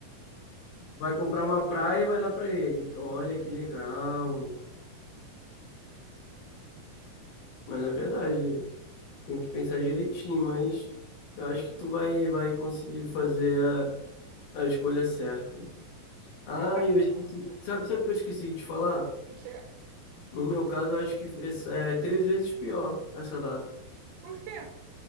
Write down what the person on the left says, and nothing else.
Vai comprar uma praia e vai dar pra ele. Olha que legal. Mas é verdade, tem que pensar direitinho, mas eu acho que tu vai, vai conseguir fazer a, a escolha certa. Ah,
eu esqueci.
Sabe, sabe o que eu esqueci de te falar?
No meu caso, eu acho que esse- é três vezes pior essa data.